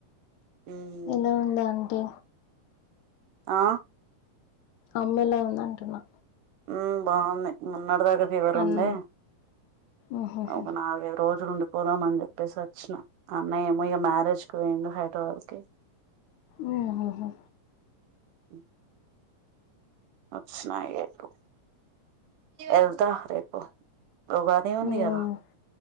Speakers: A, on the right; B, on the left.
A: మ్మ్
B: ఎలా ఉందాంటీ
A: ఆ
B: అమ్మెలా ఉందంటునా
A: ఉమ్ బాగున్నాయ్ మొన్నటిద ఎవరుండె
B: అన్ మ్మ్హ్మ్.
A: ఒక నాలు గైదు రోజులుండి పొ పోదామని జెప్పేసొచ్చిన అన్నయ్య ఏమో ఇగ మ్యారేజ్ కు పోయిండు హైదరాబాద్ కి
B: ఓహొహో
A: ఉమ్ వచ్చినాయేపు ఎంత రేపు ఉగాది ఉంది
B: ఉమ్
A: కదా